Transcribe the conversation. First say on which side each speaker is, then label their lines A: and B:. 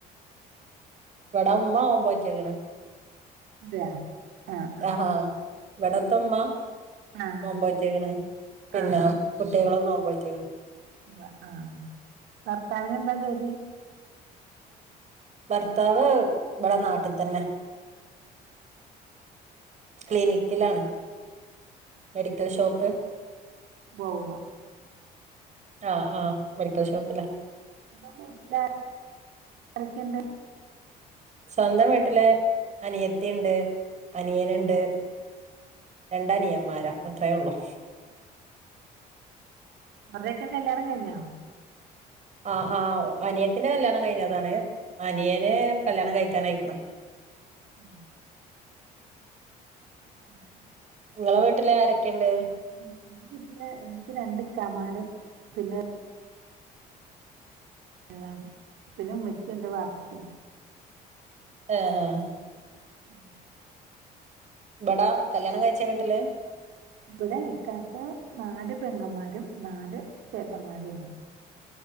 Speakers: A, on the right; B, on the right.
A: ഇവടെ ഉമ്മ നോമ്പോറ്റക്ക്ണ്
B: അതെയോ ആഹ്
A: ആഹ് ഇവട്ത്തെ ഉമ്മ
B: ആഹ്
A: നോമ്പോറ്റ്ക്ക്ണ് പിന്നെ
B: ആഹ്
A: ട്ടികളും നോമ്പോറ്റ്ക്ക്ണ്
B: വ ആഹ് ഭർത്താവിന് എന്താ ജോലി
A: ഭർത്താവ് ഇവടെ നാട്ട് തന്നെ ക്ലിനിക്കിലാണ് മെഡിക്കൽ ഷോപ്പ്
B: ബോ വ്വാ
A: ആഹ് ആഹ് മെഡിക്കൽ ഷോപ്പിലാ
B: സ്വന്തം വീട്ടില് ആരൊക്കെയ്ണ്ട്
A: സ്വന്തം വീട്ടില് അനിയത്തി ഇണ്ട് അനിയന്ണ്ട് രണ്ടനിയന്മാരാ അത്രയേ ഉള്ളൂ
B: അവര്ടെയൊക്കെ കല്യാണം കഴിഞ്ഞോ
A: ആഹ് ആഹ് അനിയത്തിന്റെ കല്യാണം കഴിഞ്ഞതാണ് അനിയന് കല്യാണം കഴിക്കാൻ ആയിക്ക്ണ്
B: ഉം ഉം
A: ഇങ്ങളെ വീട്ട്ല് ആരൊക്കെണ്ട്
B: ആഹ് ഇന്റെ വീട്ട്ല് എനിക്ക് രണ്ട് ഇക്കാമാരും പിന്നെ ളാണ് പിന്ന ഉമ്മച്ചിണ്ട് വാപ്പച്ചിണ്ട്
A: ഏഹ്
B: ഉം
A: ഇവടാ കല്യാണം കഴിച്ച വീട്ടില്
B: ഇവടെ ഇക്കാക്ക് നാല് പെങ്ങന്മാരും നാല് ചേട്ടന്മാരുംണ്ട്